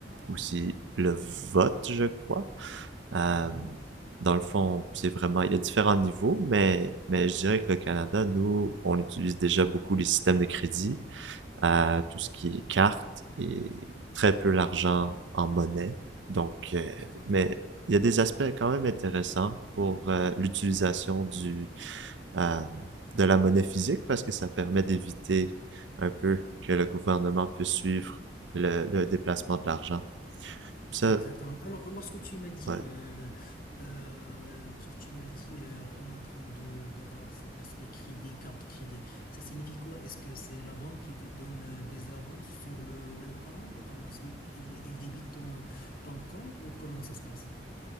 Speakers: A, on the right; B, on the left.
A: aussi le vote, je crois. Euh,
B: Mhm.
A: dans le fond, c'est vraiment, il y a différents niveaux, mais, mais je dirais que le Canada, nous, on utilise déjà beaucoup les systèmes de crédit à tout ce qui est cartes et très peu l'argent en monnaie. Donc, euh,
B: D'accord?
A: mais il y a des aspects quand même intéressants pour euh, l'utilisation du euh, de la monnaie physique parce que ça permet d'éviter un peu que le gouvernement puisse suivre le, le déplacement de l'argent. Ça,
B: Exactement. Alors, lorsque tu m'as dit,
A: ouais.
B: euh, euh, lorsque tu m'as dit, euh, on est en train de d'avoir cet aspect crédit, carte crédit, ça signifie quoi? Est-ce que c'est la banque qui te donne euh, des avances sur le, le compte et par la suite, il, il débite ton, ton compte ou comment ça se passe?